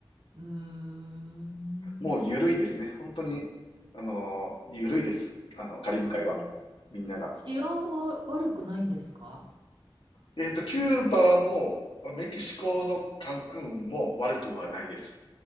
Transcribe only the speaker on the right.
うーん。
うん
治安は悪くないんですか